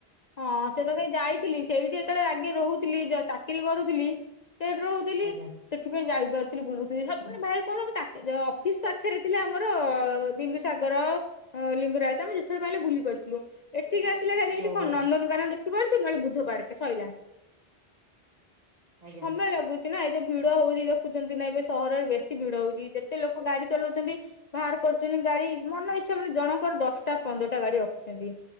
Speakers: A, on the left; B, on the right.
A: ହଁ ସେ ତ ସେଇ ଯାଇଥିଲି ସେଇଠି ଯେତେବେଳେ ଆଗେ ରହୁଥିଲି ଯ-ଚାକିରି କରୁଥିଲି ସେଇଠି ରହୁଥିଲି
B: ଆଜ୍ଞା
A: ସେଥିପାଇଁ ଯାଇପାରୁଥିଲି ବୁଲୁଥିଲି ମାନେ ଭାଇ କହ ଆମ ଅଫିସ ପାଖରେ ଥିଲା ଆମର ବିନ୍ଦୁସାଗର ଲିଙ୍ଗରାଜ ତ ଆମେ ଯେତେବେଳେ ପାଇଲେ ବୁଲି ବୁଲି ପାରୁଥିଲୁ ଏଠିକି ଆସିଲେ ଖାଲି ଏଠି
B: ଓହୋ
A: କଣ ନନ୍ଦନକାନନ ଦେଖିପାରୁଛୁ ନହେଲେ ବୁଦ୍ଧପର୍କେ ସଇଲା।
B: ଆଜ୍ଞା
A: ସମୟ ଲାଗୁଛି ନା ଏତ ଭିଡ଼ ହଉଛି ଦେଖୁଛନ୍ତି ନା ଏବେ ସହରରେ ବେ ବେଶୀ ଭିଡ଼ ହଉଛି ଯେତେ ଲୋକ ଗାଡ଼ି ଚଲାଉଛନ୍ତି ବାହାର କରୁଛନ୍ତି ଗାଡ଼ି ମନ ଇଚ୍ଛା ମାନେ ଜଣଙ୍କର ଦଶଟା ପନ୍ଦରଟା ଗାଡ଼ି ରଖୁଛନ୍ତି।